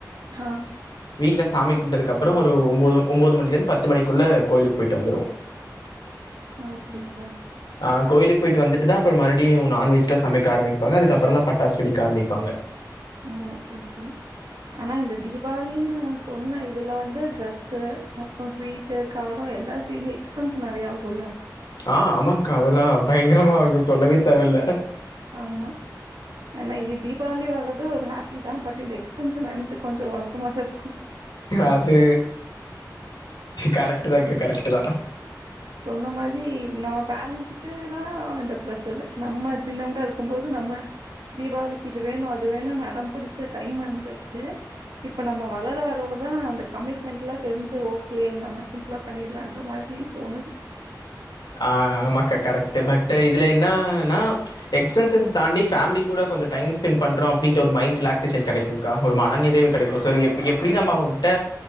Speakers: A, on the right; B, on the left.
A: ஹா
B: வீட்ல சாமி கும்ட்டதுகப்பறோ ஒரு ஒம்பது ஒம்பது மணில இருந்து பத்து மணிக்குள்ள கோவிலுக்கு போயிட்டு வந்துருவோ
A: ஆப்டிங்க
B: ஆ கோயிலுக்கு போயிட்டு வந்துட்டு தா அப்றோ மறுடியு நான்வெஜ்லா சமைக்க ஆரம்பிப்பாங்க அதுப்பறம் தா பட்டாச வெடிக்க ஆரம்பிப்பாங்க
A: ஓ செர் செரி ஆனா இந்த தீபாவளின்னு சொன்ன இதுல வந்து ட்ரெஸ்ஸு அப்றோ ஸ்வீட் டு காரோ எல்லா சேந்து எக்ஸ்பென்ஸ் நெறய ஆகுல்ல
B: ஆ ஆமாங்கா அதெல்லா பயங்கரமா ஆகும் சொல்லவே தேவயில்ல
A: ஆம்மா ஆனா இ தீபாவளி வர்றது ஒரு ஹாப்பி தா பட் இந்த எக்ஸ்பென்ச நெனச்சு கொஞ்சோ வருத்த மாதாயிர்க்கு
B: அது கரெக்ட் தான்கா கரெக்ட் தா
A: சொன்ன மாரி நம்ம பேரண்ட்ஸுக்கு தா அந்த ப்ரஷர் நம்ம சின்னவங்களா இருக் கும்போது நம்ம தீபாவளிக்கு இது வேணும் அது வேணும்னு அடம் புடிச்சு டைம் வந்தாச்சு இப்ப நம்ம வளர வரளதா அந்த கமிட்மெண்ட் எல்லா தெரிஞ்சு ஓகே நம்ம சிம்பிளா பண்ணிட்லான்ற மாதி தோணுது
B: ஆ ஆமாக்கா கரெக்ட் பட் இதுல என்னான்னா எக்ஸ்பென்சஸ் தாண்டி பேமிலி கூட கொஞ்சோ டைம் ஸ்பென்பண்றோ அப்டி ஒரு மைண்ட் ரிலாக் சேஷன் கெடைக்கு கா ஒரு மன நிறைவு கெடைக்கு சர் எ எப்டி நம்ம அவுங்கட்ட